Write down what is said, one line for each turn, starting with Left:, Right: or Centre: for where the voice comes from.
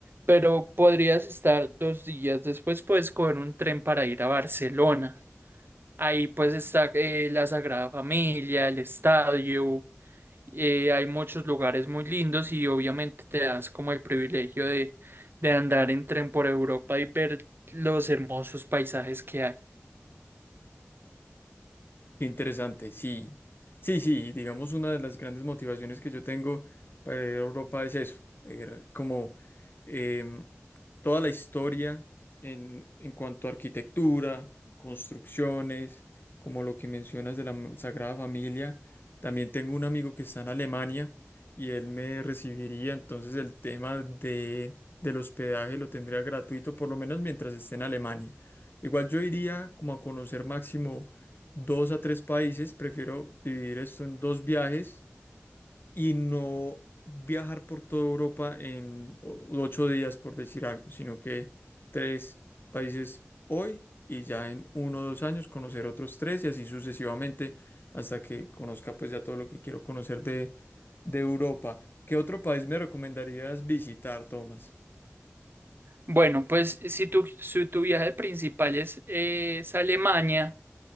Right: pero podrías estar dos días. Después puedes coger un tren para ir a Barcelona. Ahí pues está eh, la Sagrada Familia, el estadio, eh, hay muchos lugares muy lindos y obviamente te das como el privilegio de, de andar en tren por Europa y ver los hermosos paisajes que hay.
Left: Qué Interesante, sí. Sí, sí, digamos una de las grandes motivaciones que yo tengo para ir a Europa es eso, ver como em, toda la historia en, en cuanto a arquitectura, construcciones, como lo que mencionas de la m- Sagrada Familia. También tengo un amigo que está en Alemania y él me recibiría, entonces el tema de, del hospedaje lo tendría gratuito, por lo menos mientras esté en Alemania. Igual yo iría como a conocer máximo dos a tres países, prefiero dividir esto en dos viajes y no viajar por toda Europa en o- ocho días, por decir algo, sino que tres países hoy y ya en uno o dos años conocer otros tres y así sucesivamente hasta que conozca pues ya todo lo que quiero conocer de, de Europa. ¿Qué otro país me recomendarías visitar, Tomás?
Right: Bueno, pues si tu, si tu viaje principal es, eh, es Alemania,